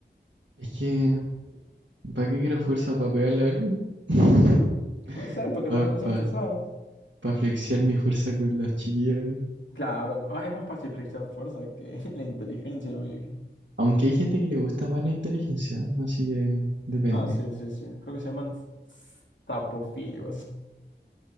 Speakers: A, on the right; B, on the left.
A: Es que, ¿para qué quiero fuerza? ¿Para pegarle a alguien? <laughs>
B: Puede ser, para cargar
A: Para
B: Claro. cosas
A: pa,
B: pesadas.
A: pa flexear mi fuerza con las chiquillas ahí.
B: Claro, ah, es más fácil flexionar fuerza que <laughs> la inteligencia, maybe.
A: Aunque hay gente que le gusta más la inteligencia, así que depende.
B: Ah, sí, sí, sí. Creo que se llaman tapofilios.